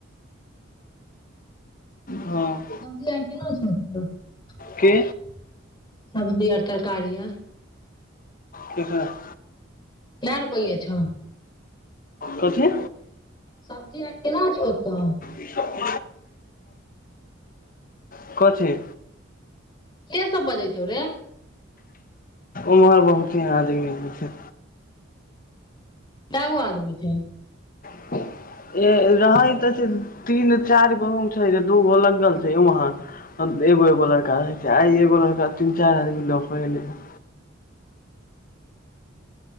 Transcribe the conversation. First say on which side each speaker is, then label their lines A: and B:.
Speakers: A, on the left; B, on the left.
A: हँ।
B: सब्जी ओर केलौ <unintelligible>
A: के
B: सब्जी और तरकारी और?
A: किकरब।
B: केए रुपैए छौ?
A: कथी?
B: सब्जी और केना छौ ओतऽ?
A: ई सब <unintelligible> कथि?
B: के सब बजै छौ रे?
A: ओम्हर बहुते आदमी छै।
B: केएगो आदमी छै।
A: <unintelligible> ए रहै तऽ छै तीन चार गो हम छै जे दू गो लगल छै वहाँ। एगो एगो लड़का रहै छै आय एगो लड़का तीन चैर आदमी लऽ के एलै या।